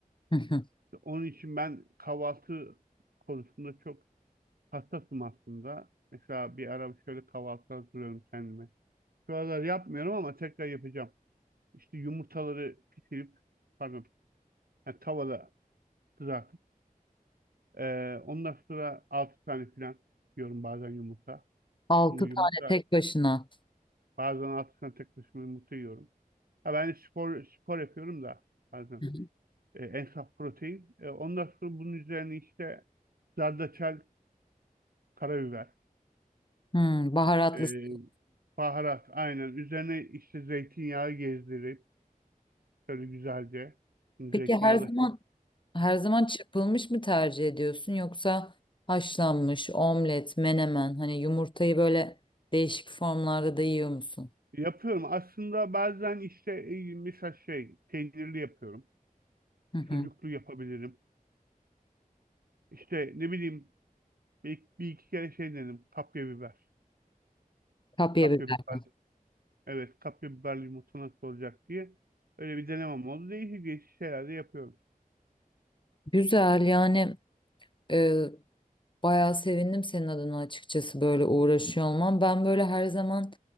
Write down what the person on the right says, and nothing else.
Onun için ben kahvaltı konusunda çok hassasım aslında. Mesela bir ara şöyle kahvaltı hazırlıyorum kendime. Şu aralar yapmıyorum ama tekrar yapacağım. İşte yumurtaları pişirip pardon yani tavada kızartıp ee, ondan sonra 6 tane falan yiyorum bazen yumurta.
Yumurta.
Bazen altı tane tek başıma yumurta yiyorum. Ha, ben spor spor yapıyorum da bazen.
E, en saf protein. E, ondan sonra bunun üzerine işte zerdeçal, karabiber,
e, baharat aynen. Üzerine işte zeytinyağı gezdirip şöyle güzelce. Şimdi
Zeytinyağı
da çok
yapıyorum. Aslında bazen işte e, mesela şey peynirli yapıyorum.
Sucuklu yapabilirim. İşte ne bileyim bir, bir iki kere şey dedim. Kapya biber.
Kapya
biber. Evet, kapya biberli yumurta nasıl olacak diye öyle bir denemem oldu. Değişik değişik şeyler de yapıyorum.